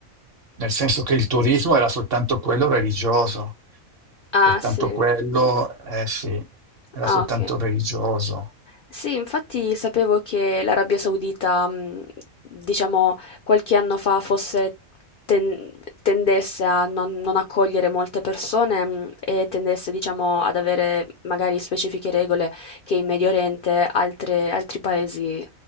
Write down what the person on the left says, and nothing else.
Ah,
sì.
Ah,
ok.
Sì, infatti sapevo che l'Arabia Saudita, mh, diciamo, qualche anno fa fosse ten- tendesse a non, non accogliere molte persone, mh, e tendesse, diciamo, ad avere magari specifiche regole che in Medio Oriente altre- altri paesi, eh,